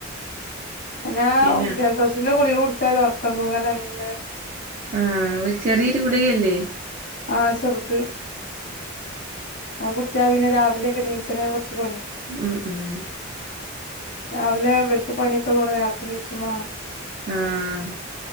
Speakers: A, on the left (about 60°); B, on the right (about 40°).
A: പിന്നാ
B: പിന്നെ
A: ജലദോഷത്തിന്റെ ഗുളിക കുടിച്ചാല് ഉറക്കം തൂങ്ങല്തന്നെ
B: ആഹ് ഒരു ചെറിയൊരു ഗുളികല്ലേ
A: ആഹ് ചെറുത് ആ കുടിച്ച പിന്നെ രാവിലെ ഒക്കെ നീച്ചണേ കുറച്ച് പണിയാ
B: ഉം ഉം
A: രാവിലെ ഇവർക്ക് പണിയൊക്കെള്ളൂണ്ട് നേരത്തെ നീച്ചും വേണം
B: ആഹ് ആഹ്